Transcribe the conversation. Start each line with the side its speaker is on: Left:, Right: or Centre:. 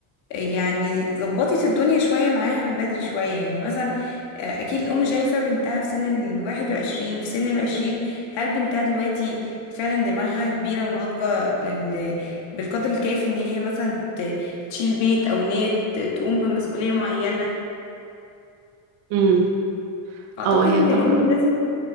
Left: يعني ظبطت الدنيا شوية معاها من بدري شوية يعني مثلا آه، اكيد الام شايفة بنتها في سن الواحد وعشرين في سن العشرين هل بنتها دلوقتي فعلا دماغها كبيرة وناضجة لل... بالقدر الكافي ان هي مثلا ت- تشيل بيت او ان هي ت- تقوم بمسؤولية معينة
Right: امم
Left: اعتقد
Right: اه هي
Left: ان
Right: طبعا
Left: الام لازم